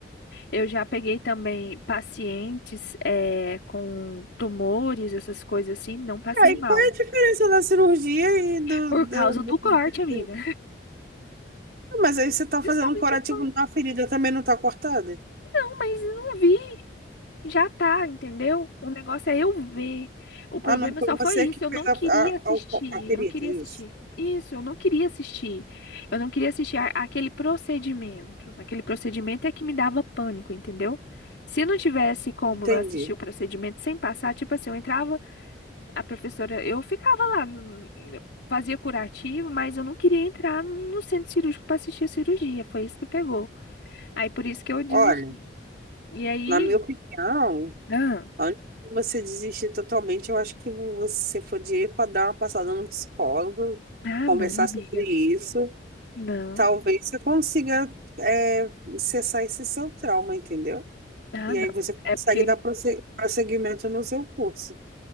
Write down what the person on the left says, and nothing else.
Eu já peguei também pacientes é, com tumores, essas coisas assim, não passei
mal.
Por
causa do
corte, amiga.
Justamente
o plano,
"Não, mas não vi, já tá, entendeu? O negócio é eu ver. O
problema
só foi
isso,
eu
não
queria
assistir,
eu não queria
assistir. Isso, eu não queria assistir. Eu não queria assistir a- aquele procedimento. Aquele procedimento é que me dava pânico, entendeu? Se não tivesse como
eu assistir o procedimento sem passar, tipo assim, eu entrava, a professora, eu ficava lá, no- fazia curativo, mas eu não queria entrar no centro cirúrgico para assistir a cirurgia. Foi isso que pegou. Aí por isso que eu desisti.
E aí,
ah,
ah,
não, amiga,
não,
ah,
não,
é porque,